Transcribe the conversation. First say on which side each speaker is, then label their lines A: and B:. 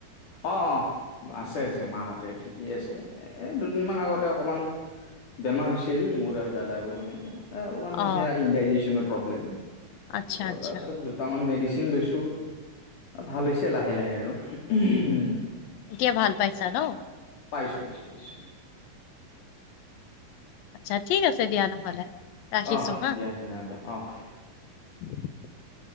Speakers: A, on the left; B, on the left.
A: অ', অ', আছে, আছে, মাহঁতে ঠিকেই আছে। এ দুদিনমান আগতে অকমান বেমাৰ হৈছিল। মোৰ আৰু দাদাৰো মানে এহ, অলপমান
B: অ
A: সেয়া ইনডাইজেচনৰ প্ৰব্লেম,
B: আচ্ছা
A: ত'
B: আচ্ছা
A: তাৰ পিছত দুটামান মেডিচিন চিন লৈছো। ভাল হৈছে লাহে লাহে আৰু। উম
B: এতিয়া ভাল পাইছা ন?
A: পাইছো, পাইছো, পাইছো।
B: আচ্ছা, ঠিক আছে দিয়া নহ'লে। ৰাখিছো
A: অহ
B: হা।
A: দিয়া তেনেহ'লে অহ
B: <inaudible>